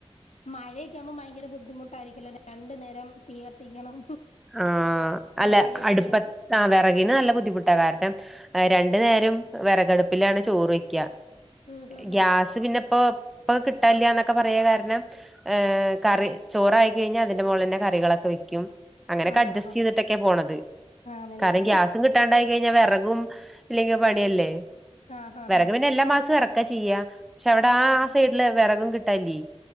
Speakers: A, on the left; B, in the centre.
A: മഴയൊക്കെ ആവുമ്പോ ഭയങ്കര ബുദ്ധിമുട്ട് <unintelligible> രണ്ടു നേരം തീ കത്തിക്കണം
B: ആ അല്ല
A: വിറകിനൊക്കെ
B: അടുപ്പത്തു ആ വിറകിന് നല്ല ബുദ്ധിമുട്ടാ കാരണം രണ്ടു നേ രം വിറകടുപ്പിലാണ് ചോറ് വെക്ക
A: ഉം ഉം
B: ഗ്യാസ്
A: ഉം
B: പിന്നെപ്പൊ ഇപ്പൊ കിട്ടല്ല്യാന്നൊക്ക പറയാൻ കാരണം കറി ചോറായി കഴിഞ്ഞാൽ അതിന്റെ മുകളി തന്നെ കറികളൊക്കെ വെക്കും അങ്ങനെയൊക്കെ
A: ആഹ്
B: അഡ്ജസ്റ്റ്
A: ആഹ് ആഹ്
B: ചെയ്തിട്ടൊക്കെ പോണത്
A: ആണല്ലേ
B: കാരണം ഗ്യാസും കിട്ടാണ്ടായി കഴിഞ്ഞാ വെറകും ഇല്ലെങ്കിൽ പണിയല്ലേ
A: ആഹ് ആഹ്
B: വിറക്
A: ആഹ്
B: പിന്നെ എല്ലാ മാസവും ഇറക്ക ഒക്കെ ചെയ്യ പക്ഷെ അവിടെ
A: ആഹ്
B: ആ
A: ആഹ്
B: ആ
A: ആഹ്
B: സൈഡില് വിറകും കി തലി